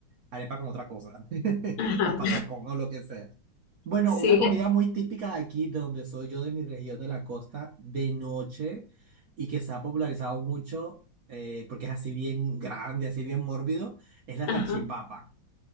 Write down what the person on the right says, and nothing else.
arepa con otra cosa. <laughs>
O patacón o lo que sea. Bueno,
una comida
muy típica de aquí, de donde soy yo, de mi región de la costa, de noche, y que se ha popularizado mucho, eh, porque es así bien grande, así bien mórbido, es la
salchipapa.